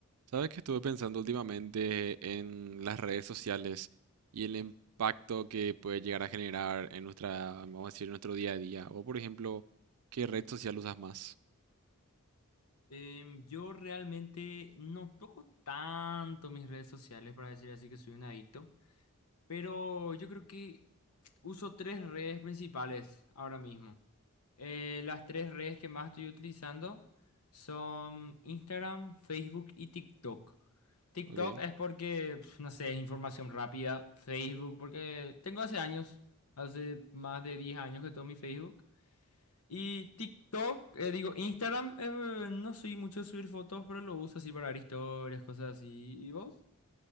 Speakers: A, on the right (about 80°); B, on the left (about 80°).
A: Sabes que estuve pensando últimamente en las redes sociales y el impacto que puede llegar a generar en nuestra, vamos a decir, nuestro día a día. O por ejemplo, ¿qué red social usas más?
B: Em, yo realmente no toco tanto mis redes sociales para decir así que soy un adicto, pero yo creo que uso tres redes principales ahora mismo. Eh, las tres redes que más estoy utilizando son Instagram, Facebook y TikTok. TikTok
A: Ok.
B: es porque, pf, no sé, es información rápida. Facebook, porque tengo hace años, hace más de 10 años que tomo mi Facebook. Y TikTok, eh, digo, Instagram, eh, no soy mucho de subir fotos, pero lo uso así para ver historias, cosas así. ¿Y vos?